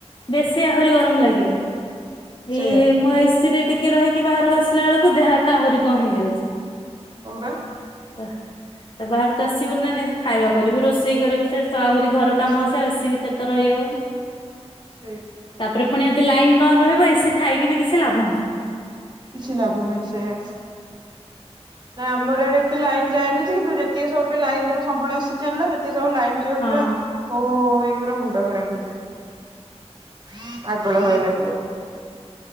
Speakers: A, on the left; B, on the right.
A: ବେଶୀ ଆହୁରି ଗରମ ଲାଗିବ
B: ସେଇଆ
A: ଏଇ ମୁଁ ଏରେ ଟିକେ। ଟିକେ ରହିକି ବାହାରକୁ ଆସିଲା ବେଳକୁ ଦେହ ହାତ ଆହୁରି କଣ ହେଇଯାଉଛି।
B: ହ ବା।
A: ତ ତା ବାହାରକୁ ଆସିବୁ ନା ନ ସେ ଖାଇବା କରିବୁ ରୋଷେଇ କରିବୁ ସେ ତ ଆହୁରି ଘର। କାମ
B: ସେଇ
A: ଅଛି ଆଉ ଏ ସିି ଭିତରେ ତ ରହିହବନି।
B: ସେଇ
A: ତାପରେ ପୁଣି ଯଦି ଲାଇନ ନ ରହିବ ଏ ସି ଥାଇକି ବି କିଛି ଲାଭ ନାହିଁ।
B: କିଛି ଲାଭନେଇ ସେୟା। ନା ଆମର ଏଇଡେ ଏତେ ଲାଇନ୍ ଯାନି କିନ୍ତ ଯେତିକି ସବୁ ବି ଲାଇନ ଯୁ ସବୁ ଆସି ଚାଲିଲା ଯେତିକ ସବୁ ଲାଇନ। ଜବରତ।
A: ହଁ।
B: ଓହୋହୋ ଏଇରା ମୁଣ୍ଡ ଖରାପ ହେଇଯିବ ଆଗଳ ଭଳି ଲାଗିବ।